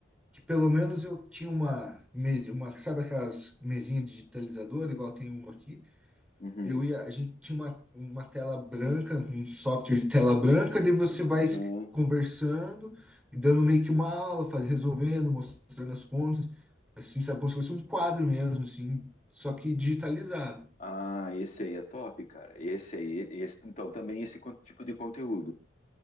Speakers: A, in the centre; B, on the left.
A: que pelo menos eu tinha uma mesa, uma, sabe aquelas mesinhas digitalizadoras, igual tem uma aqui?
B: Uhum.
A: Eu ia, a gente tinha uma, uma tela branca, um software de tela branca, daí você vai
B: Uhum.
A: es- conversando e dando meio que uma aula, faz resolvendo, mostrando as contas, assim, sabe, como se fosse um quadro mesmo, assim, só que digitalizado.
B: Ah, esse aí é top, cara. Esse aí, esse- então, também esse con- tipo de conteúdo.